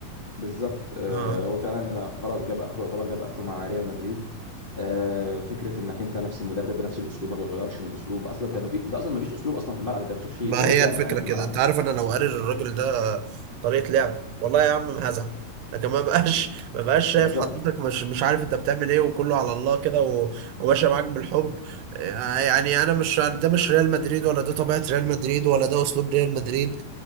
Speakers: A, on the left; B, on the right.
A: بالظبط آه،
B: اه
A: هو فعلا خلاص جاب اخره يعتبر جاب اخره مع ريال مدريد آه، فكره انك انت نفس المدرب بنفس الاسلوب ما بيغيرش من الاسلوب اصلا انت ما في انت اصلا ما فيش اسلوب اصلا في الملعب انت ما بتشوفش
B: ما
A: طريقه
B: هي
A: لعب
B: الفكره
A: معينه في
B: كده
A: الملعب
B: انت عارف انا لو قاري الراجل ده طريقه لعب والله يا عم ما هزعل لكن ما بقاش ما بقاش شايف
A: بالظبط
B: حضرتك مش مش عارف انت بتعمل ايه وكله على الله كده و- وماشي معاك بالحب آه، يعني انا مش ده مش ريال مدريد ولا ده طبيعه ريال مدريد ولا ده اسلوب ريال مدريد